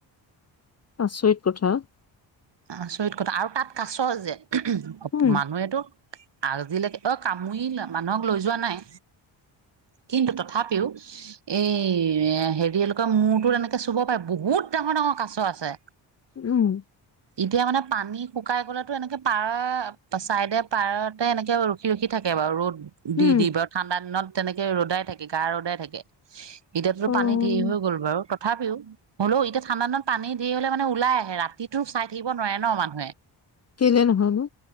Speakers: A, on the left; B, on the right.
A: আচৰিত কথা।
B: আচৰিত কথা, আৰু তা'ত কাছ যে
A: উম
B: মানুহেতো আজিলৈকে- অ', কামুৰিলে মানুহক লৈ যোৱা নাই। কিন্তু তথাপিও- এই এ' হেৰি এওঁলোকৰ মূৰটোত এনেকে চুব পাৰে, বহুত ডাঙৰ-ডাঙৰ কাছ আছে।
A: উম।
B: এতিয়া মানে পানী শুকাই গ'লেতো এনেকে পাৰ চাইডে পাৰতে এনেকে ৰখি-ৰখি থাকে বাৰু ৰ'দ- দি-দি
A: উম
B: বাৰু। ঠাণ্ডা দিনত তেনেকে ৰ'দাই থাকে, গা ৰ'দাই থাকে। এতিয়াতো
A: অ',
B: পানী ঢেৰ হৈ গ'ল বাৰু। ত- থাপিও, হ'লেও এতিয়া ঠাণ্ডা দিনত পানী ঢেৰ হ'লে মানে ওলাই আহে ৰাতিটো চাই- থাকিব নোৱাৰে ন' মানুহে।
A: কেই'লে নহয় নো?